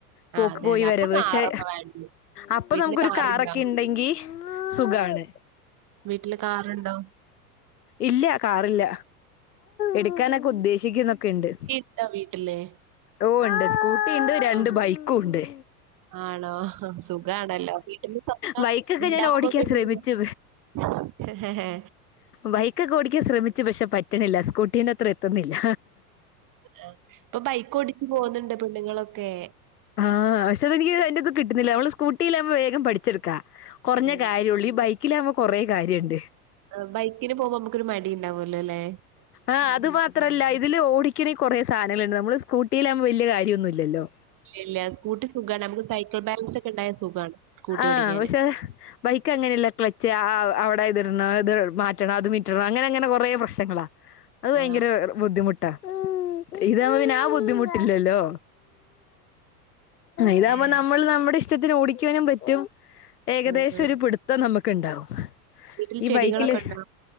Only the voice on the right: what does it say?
ആ, അതെ
അതെ
അപ്പൊ കാറൊക്കെ
വേണ്ടി
വീട്ടില്
കാറുണ്ടോ
വീട്ടില് കാറുണ്ടോ
ണ്ടാ വീട്ടില്
ആ,
ആണോ സുഖാണല്ലോ വീട്ടിന്ന് സ്വന്തം
ഉണ്ടാവുമ്പം
പിന്നെ
<unintelligible> ഹെ ഹെ ഹേ
ആഹ്. ഇപ്പം ബൈക്ക് ഓടിച്ചു പോകുന്നുണ്ട് പെണ്ണുങ്ങളൊക്കെ
ഉം.
ആഹ് ബൈക്കിന് പോകുമ്പം നമുക്കൊരു മടി ണ്ടാവല്ലോ ല്ലെ
ഇല്ല ഇല്യ സ്കൂട്ടി സുഖാണ് നമുക്ക് സൈക്കിൾ ബാലൻസൊക്കെ ഇണ്ടായാ സുഖാണ്. സ്കൂട്ടി
ഓടിക്കാന്
ആ
അതെ.
ഉം.
ഉം ഉം
വീട്ടിൽ
ചെടികളൊക്കെ
ഉണ്ടോ